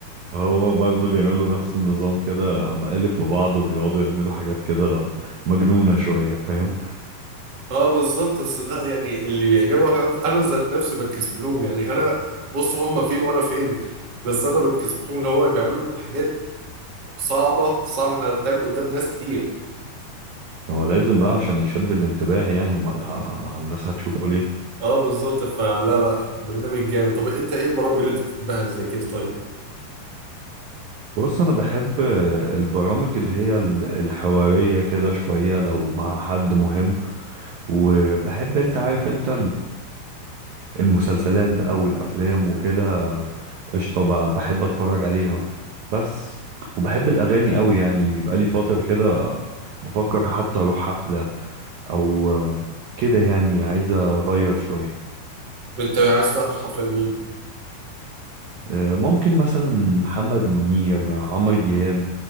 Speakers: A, on the right (about 80°); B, on the right (about 50°).
A: هو برضه بيعملوا نفس النظام كده مقالب في بعض وبيقعدوا يعملوا حاجات كده مجنونة شوية فاهم
B: اه بالظبط بس لا يعني اللي بيعجبها كمان أنا ذات نفسي بتكسف لهم يعني أنا بص هم فين وأنا فين بس أنا بتكسف لهم اللي هو بيعملوا حاجات صعبة صعب إنها تتعمل قدام ناس كتير
A: هو لازم بقى عشان يشد الانتباه يعني امال ه- الناس هتشوفه ليه
B: اه بالظبط فلا لا برنامج جامد طب أنت إيه البرامج اللي أنت بتحبها زي كده طيب؟
A: بص انا بحب البرامج اللي هي ال- الحوارية كده شوية لو مع حد مهم وبحب انت عارف انت المسلسلات بقى والافلام وكده قشطه ب- بحب اتفرج عليها بس وبحب الاغاني قوي يعني بقالي فتره كده بفكر حتى اروح حفله او كده يعني عايز اغير شويه
B: أنت عايز تحضر حفلة لمين؟
A: آه، ممكن مثلا محمد منير عمرو دياب